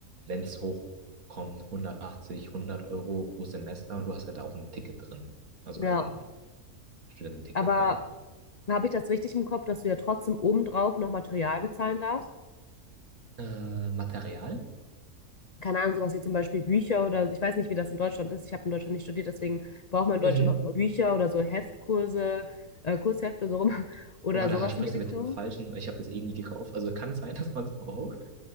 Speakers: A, on the right; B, on the left.
A: wenn es hochkommt, 180, 100 Euro pro Semester und du hast halt auch ein Ticket drin. Also
B: Ja,
A: halt ein Studententicket,
B: aber
A: ja.
B: habe ich das richtig im Kopf, dass du ja trotzdem obendrauf noch Material bezahlen darfst?
A: Äh, Material?
B: Keine Ahnung, sowas wie zum Beispiel Bücher oder ich weiß nicht, wie das in Deutschland ist. Ich habe in Deutschland nicht studiert, deswegen braucht man in Deutschland
A: Mhm.
B: noch so Bücher oder so Heftkurse, äh, Kurshefte so rum <laughs> oder
A: Boah, da
B: sowas
A: sprichst
B: in die Richtung.
A: du mit dem Falschen, weil ich habe das eh nie gekauft. Also kann sein, <laughs> dass man es braucht,